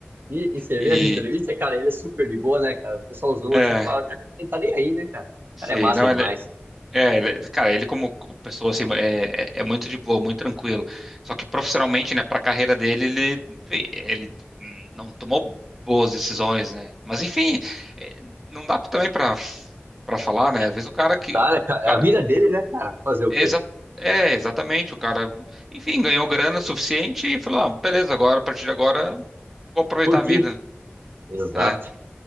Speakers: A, on the right; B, in the centre.
A: E, e você
B: E
A: vê as entrevistas, cara, ele é super de boa, né, cara? O pessoal zoa
B: é,
A: assim, fala, ele tá nem aí, né, cara? O
B: sei,
A: cara é massa
B: não,
A: demais.
B: ele, É, ele- cara, ele como pessoa assim é, é é muito de boa, muito tranquilo. Só que profissionalmente, né, para carreira dele, ele enfim, ele hum, não tomou boas decisões, né? Mas enfim, é, não dá também para para falar, né?
A: É,
B: Às vezes o cara que
A: tá,
B: o
A: né, cara?
B: cara
A: É a vida dele, né, cara? Fazer o
B: é,
A: quê?
B: exa é exatamente o cara, enfim, ganhou grana suficiente e falou, ah, beleza, agora a partir de agora vou aproveitar
A: Curtir.
B: a vida.
A: Exato,
B: né.